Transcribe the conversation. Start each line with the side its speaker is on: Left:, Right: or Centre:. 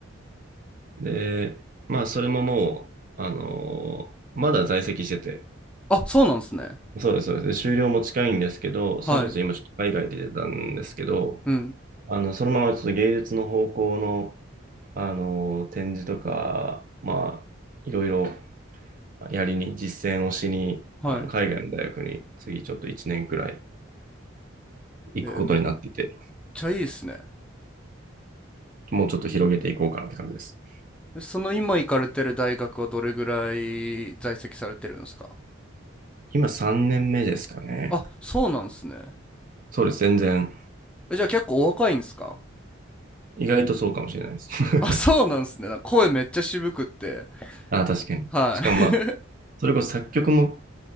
Right: で、まあ、それももう、あのーまだ在籍してて、
Centre: あ、そうなんですね。
Right: そうです、そうです。で終了も近いんですけど、それこそ今ちょっと海外で出たんですけど、
Centre: はい。うん。
Right: あの、そのままちょっと芸術の方向の、あのー展示とか、まあ、いろいろやりに、実践をしに、
Centre: はい。
Right: あの海外の大学に次ちょっと1年くらい行くことになってて、
Centre: えーめっちゃいいっすね。
Right: もうちょっと広げていこうかなって感じです。
Centre: えその今行かれてる大学はどれぐらい在籍されてるんですか
Right: 今3年目ですかね。
Centre: あ、そうなんですね。
Right: そうです、全然。
Centre: えじゃあ結構お若いんですか
Right: 意外とそうかもしれないです。
Centre: <laughs>
Right: <laughs>
Centre: あ、そうなんですね。なんか声めっちゃ渋くって。
Right: あ、確かに。
Centre: はい。
Right: しかもまあ、それこそ作曲も、